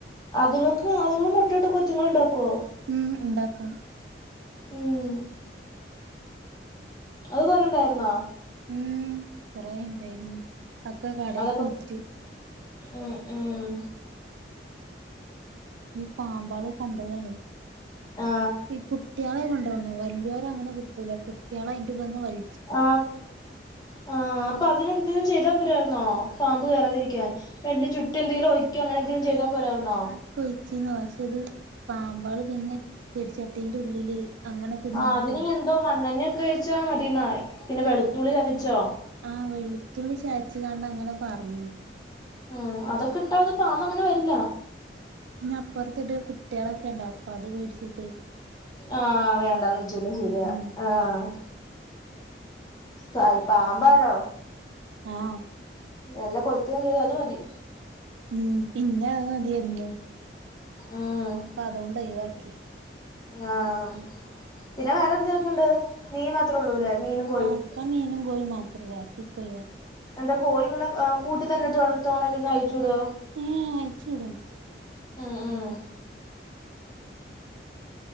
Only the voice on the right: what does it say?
ഉം ഇണ്ടാക്കും
ഉം കൊറേ ഇണ്ടായിന്ന് ഒക്കെ കടയ്ക്ക്
വിറ്റു
ഈ പാമ്പേള് കൊണ്ടൊവാണെ
ഈ കുട്ട്യേളെ കൊണ്ടോണ്. വല്യോര അങ്ങനെ കിട്ടൂല കുട്ട്യേളെ അയിന്റെ ഉള്ള്ന്ന് വൽ
ഉം
അങ്ങനൊക്ക ഒഴിച്ചീന്നു പക്ഷേ ഇത് പാമ്പേള് പിന്നെ ചെടിച്ചട്ടീന്റെ ഉള്ളില്. അങ്ങനൊക്കെ നിന്നിട്ടേ
ആഹ് വെളുത്തുള്ളി ചതച്ച്കാണ്ട് അങ്ങന പാർഞ്ഞീന്നു
ഇഞ്ഞ് അപ്പറ്ത്ത്ട്ട് കുട്ട്യേളൊക്കെ ഐണ്ട്. അപ്പൊ അത് വേടിച്ചിട്ടെ
ഉം
ആഹ്
ഉം പിന്നെ അത് മതി എന്നു
അപ്പൊ അതോണ്ടൊഴിവാക്ക.
ഉം
ആഹ് ഇപ്പ മീനും കോയി മാത്രൊള്ളു ബാക്കി ഒക്ക ഒഴിവാക്കി.
ഏഹ് ആയിച്ചുവിടും